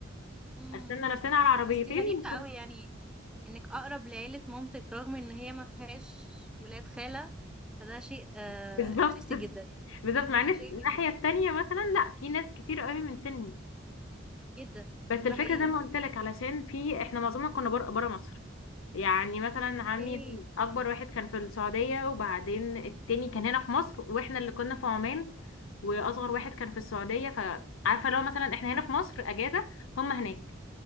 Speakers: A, in the centre; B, on the left (about 80°).
A: امم
B: قسمنا نفسنا على عربيتين
A: بس دي غريبة
B: وكان-
A: قوي يعني انك اقرب لعيلة مامتك رغم ان هي ما فيهاش ولاد خالة فده شيء آه
B: <laughs> بالظبط
A: انترستنج جدا يعني
B: بالظبط مع ان
A: ده
B: الناحية
A: شيء جدا
B: التانية مثلا لا في ناس كتير قوي من سني
A: جدا
B: بس الفكرة
A: ده حقيقي
B: زي ما قلت لك علشان في احنا معظمنا كنا بره بره مصر يعني مثلا عمي
A: ايه
B: اكبر واحد كان في السعودية وبعدين التاني كان هنا في مصر واحنا اللي كنا في عمان واصغر واحد كان في السعودية فعارفة لو مثلا احنا هنا في مصر اجازة هم هناك